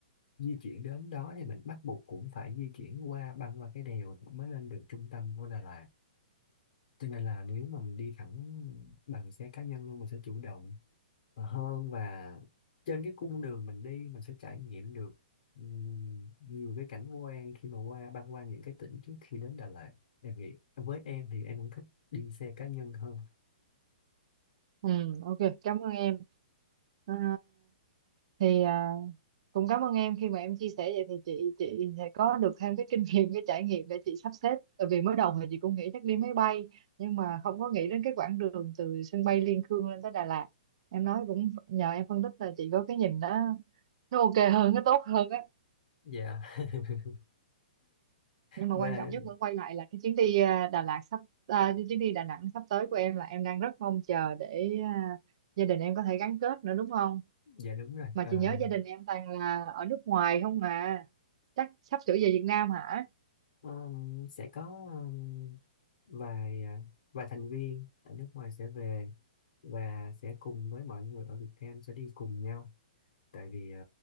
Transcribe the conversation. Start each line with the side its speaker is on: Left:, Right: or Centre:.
Left: di chuyển đến đó thì mình bắt buộc cũng phải di chuyển qua băng qua cái đèo mới lên được trung tâm của Đà Lạt cho nên là nếu mà mình đi thẳng bằng xe cá nhân luôn mình sẽ chủ động hơn và trên cái cung đường mình đi mình sẽ trải nghiệm được ừm, nhiều cái cảnh quan khi mà qua băng qua những cái tỉnh trước khi đến Đà Lạt em nghĩ với em thì em cũng thích đi xe cá nhân hơn
Right: ừ ok cảm ơn em À, thì à, cũng cảm ơn em khi mà em chia sẻ vậy thì chị chị sẽ có được thêm cái kinh nghiệm cái trải nghiệm để chị sắp xếp tại vì mới đầu thì chị cũng nghĩ chắc đi máy bay nhưng mà không có nghĩ đến cái quãng đường từ sân bay Liên Khương lên tới Đà Lạt em nói cũng nhờ em phân tích là chị có cái nhìn đó nó ok hơn nó tốt hơn á
Left: dạ <laughs>
Right: nhưng mà
Left: và
Right: quan trọng nhất vẫn quay lại là cái chuyến đi à, Đà Lạt sắp à, cái chuyến đi Đà Nẵng sắp tới của em là em đang rất mong chờ để à, gia đình em có thể gắn kết nữa đúng không
Left: dạ đúng rồi
Right: mà
Left: Ờ,
Right: chị nhớ gia đình em toàn là ở nước ngoài không à chắc sắp sửa về Việt Nam hả
Left: ừm, sẽ có ừm, vài à, vài thành viên ở nước ngoài sẽ về và sẽ cùng với mọi người ở Việt Nam sẽ đi cùng nhau tại vì ờ,